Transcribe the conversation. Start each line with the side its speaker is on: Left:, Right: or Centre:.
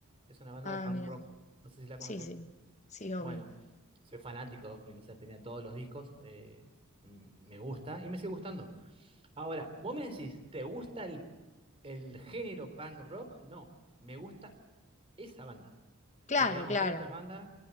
Right: que es una banda
Left: Ah,
Right: de punk
Left: mira,
Right: rock, no sé si la
Left: sí,
Right: conoces.
Left: sí, sí, obvio.
Right: Bueno, soy fanático de Offspring, o sea, tenía todos los discos, eh, m- me gusta y me sigue gustando. Ahora, vos me decís, ¿te gusta el, el género punk rock? No, me gusta esa banda.
Left: Claro,
Right: Porque, digamos,
Left: claro.
Right: hay otras bandas